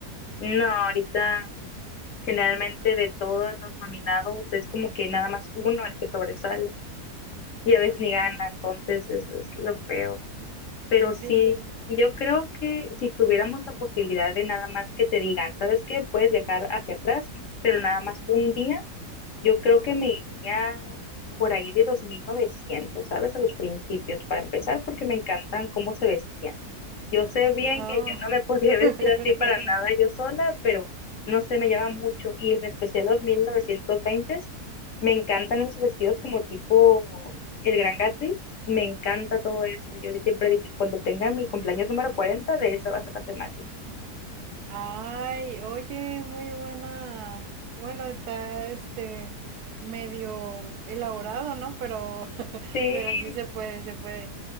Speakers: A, on the left; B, on the right.
A: no, ahorita generalmente de todos los nominados es como que nada más uno el que sobresale y a veces
B: Sí,
A: ni gana, entonces es, es lo feo. Pero sí,
B: sí.
A: y yo creo que si tuviéramos la posibilidad de nada más que te digan, ¿sabes qué? Puedes viajar hacia atrás, pero nada más un día, yo creo que me iría por ahí de los mil novecientos ¿sabes? A los principios, para empezar, porque me encantan cómo se vestían. Yo sé bien
B: Oh.
A: que yo no me <laughs> podría vestir
B: <laughs>
A: así para nada yo sola, pero no sé, me llama mucho. Y en especial los mil novecientos s me encantan esos vestidos como tipo el Gran Gatsby. Me encanta todo eso. Yo siempre he dicho, cuando tenga mi cumpleaños número cuarenta de eso va a ser la temática.
B: Ay, oye, muy buena. Bueno, está este medio elaborado, ¿no? Pero,
A: Sí,
B: <laughs> pero sí se puede, se puede.